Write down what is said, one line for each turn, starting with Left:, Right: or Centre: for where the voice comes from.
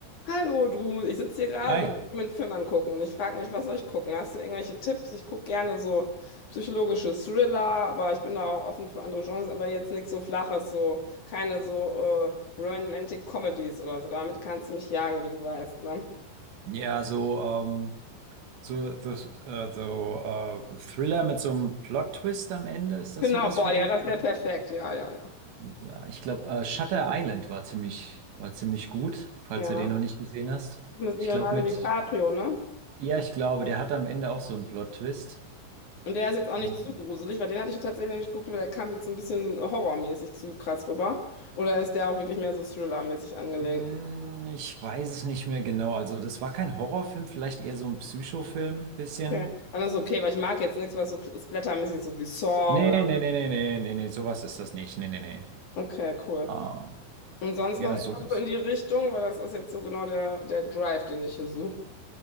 Left: Hallo du, ich sitze hier gerade
Right: Hi.
Left: und will mir einen Film angucken und ich frage mich, was soll ich gucken? Hast du irgendwelche Tipps? Ich gucke gerne so psychologische Thriller, aber ich bin da auch offen für andere Genres, aber jetzt nichts so Flaches, so keine so äh, Romantic Comedies oder so. Damit kannst du mich jagen, wie du weißt, ne?
Right: Ja, so, ähm, so, so, äh, so äh, Thriller mit so einem Plot-Twist am Ende, ist das
Left: Genau,
Right: sowas
Left: boah,
Right: für
Left: ja,
Right: dich?
Left: das
Right: Oder?
Left: wäre perfekt. Ja, ja, ja.
Right: Ja, ich glaube, äh, Shutter Island war ziemlich, war ziemlich gut, falls
Left: Ja,
Right: du den noch nicht gesehen hast.
Left: das ist mit Leonardo
Right: Ich glaube mit,
Left: DiCaprio, ne?
Right: ja, ich glaube, der hatte am Ende auch so einen Plot-Twist.
Left: Und der ist jetzt auch nicht
Right: Ähm,
Left: zu gruselig, weil den hatte ich tatsächlich noch nicht geguckt, aber der kam jetzt so ein bisschen horrormäßig zu krass rüber. Oder ist der auch wirklich mehr so thrillermäßig angelegt?
Right: mh, ich weiß es nicht mehr genau. Also das war kein Horrorfilm, vielleicht eher so ein Psychofilm, bisschen.
Left: Okay. Dann ist okay, weil ich mag jetzt nichts, was so splattermäßig ist, so wie Saw
Right: Nee,
Left: oder.
Right: nee, nee, nee, nee, nee, nee, sowas ist das nicht. Nee, nee, nee.
Left: Okay, cool.
Right: Ähm,
Left: Und sonst
Right: ja,
Left: noch immer
Right: sowas.
Left: so in die Richtung, weil das ist jetzt so genau der, der Drive, den ich hier suche.